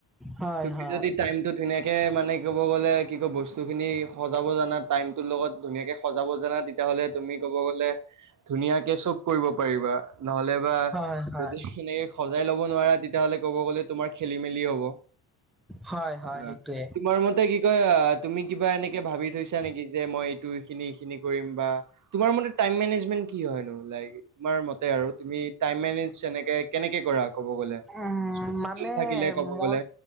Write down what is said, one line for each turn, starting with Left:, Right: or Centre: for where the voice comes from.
Centre: হয়
Right: তুমি
Centre: হয়
Right: যদি টাইমটো ধুনীয়াকে মানে, ক'ব গলে কি কৈ বস্তু খিনি সজাব জানা টাইমটোৰ লগত ধুনীয়াকে সজাব জানা তেতিয়াহলে তুমি কব গলে ধুনীয়াকে চব কৰিব পাৰিবা নহলে বা
Centre: হয় হয়
Right: যদি সেনেকে সজাই লব নোৱাৰা, তেতিয়াহলে ক'ব গলে তোমাৰ খেলি মেলি হব।
Centre: হয়।
Right: অ',
Centre: হয় সেইটোৱে
Right: তোমাৰ মতে কি কয় আ, তুমি কিবা এনেকে ভাবি থৈছা নেকি যে মই এইটো খিনি খিনি কৰিম বা তোমাৰ মতে টাইম মেনেজমেণ্ট কি হয়নো? লাইক তোমাৰ মতে আৰু তুমি টাইম মেনেজ তেনেকে কেনেকে কৰা? ক'ব গলে,
Centre: উম
Right: স্কুল
Centre: মানে
Right: টোল থাকিলে ক'ব
Centre: মই
Right: গ'লে,